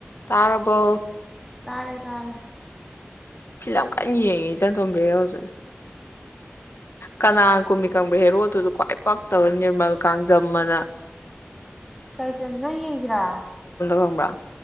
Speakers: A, on the left; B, in the centre.
A: ꯇꯥꯔꯔꯕꯣ
B: ꯇꯥꯔꯦ ꯇꯥꯔꯦ
A: ꯐꯤꯂꯝ ꯀꯟꯅ ꯌꯦꯡꯉꯤ ꯆꯟꯇꯣꯝꯕꯤ ꯍꯧꯁꯦ ꯀꯅꯥ ꯀꯨꯝꯕꯤ ꯀꯪꯕ꯭ꯔꯥ ꯍꯦꯔꯣꯗꯨꯁꯨ ꯈ꯭ꯋꯥꯏ ꯄꯛꯇꯕ ꯅꯤꯔꯃꯜ ꯀꯥꯡꯖꯝ ꯑꯃꯅ
B: ꯀꯩꯁ ꯅ ꯌꯦꯡꯁꯤꯔꯥ
A: ꯈꯪꯕ꯭ꯔꯥ